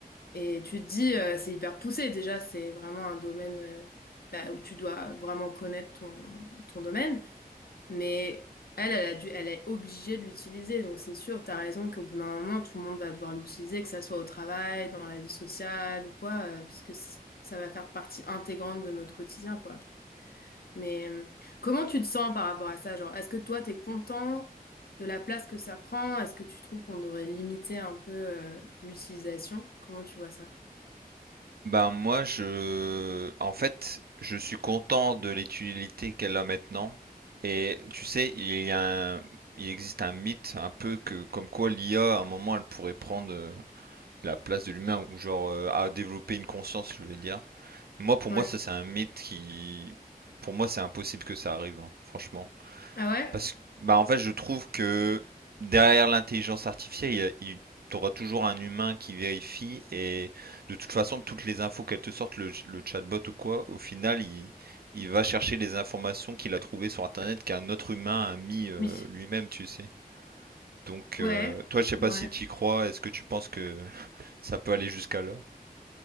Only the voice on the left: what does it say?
Et tu te dis, euh, c'est hyper poussé. Déjà, c'est vraiment un domaine euh, bah, où tu dois vraiment connaître ton, ton domaine. Mais elle, elle a dû, elle est obligée de l'utiliser. Donc c'est sûr, t'as raison qu'au bout d'un moment, tout le monde va devoir l'utiliser, que ça soit au travail, dans la vie sociale ou quoi, euh, puisque c- ça va faire partie intégrante de notre quotidien, quoi. Mais euh, comment tu te sens par rapport à ça? Genre, est-ce que toi, t'es content de la place que ça prend? Est-ce que tu trouves qu'on devrait limiter un peu euh, l'utilisation? Comment tu vois ça?
Ouais.
Ah ouais?
Oui.
Ouais.
Ouais.